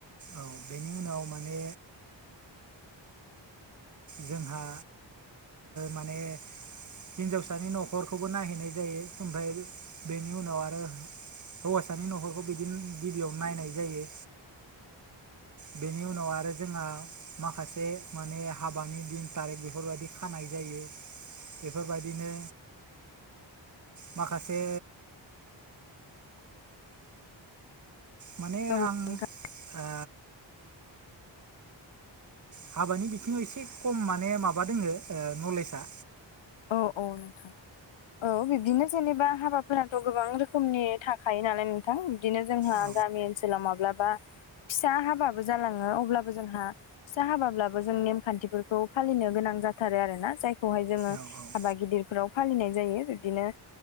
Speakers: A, on the right; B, on the left.
A: औ बेनि उनाव माने जोंहा माने हिनजावसानि न'खरखौबो नायहैनाय जायो ओमफ्राय बेनि उनाव आरो हौवासानि न'खरखौ बिदिनो गिबियावनो नायनाय जायो। बेनि उनाव आरो जोंहा माखासे माने हाबानि दिन थारिख बेफोरबायदि खानाय जायो बेफोरबायदिनो माखासे माने
B: नंगौ
A: आं
B: नोंथां
A: ओ हाबानि बिथिङाव एसे खम माने माबा दोङो ओ नलेजआ
B: औ औ नोंथां। औ बिब्दिनो जेनेबा हाबाफोराथ' गोबां रोखोमनि थाखायो नालाय नों थां बिदिनो जोंहा
A: औ
B: गामि ओनसोलाव माब्लाबा फिसा हाबाबो जालाङो अब्लाबो जोंहा फिसा हाबाब्लाबो जों नेमखान्थिफोरखौ फालिनो गोनां जाथारो आरोना जायखौहाय जों
A: औ औ औ।
B: हाबा गिदिरफोराव फालिनाय जायो बिब्दिनो